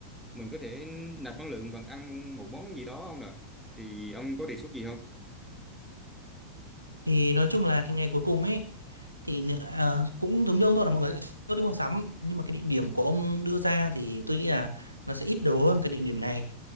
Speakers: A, in the centre; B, on the right.
A: mình có thể nạp năng lượng bằng ăn một món gì đó không ạ thì ông có đề xuất gì không
B: thì nói chung là cái ngày cuối cùng ấy thì ờ, cũng giống như ông thôi là mọi người sẽ chốt đi mua sắm nhưng mà cái địa điểm của ông đưa ra thì tôi nghĩ là nó sẽ ít đồ hơn cái địa điểm này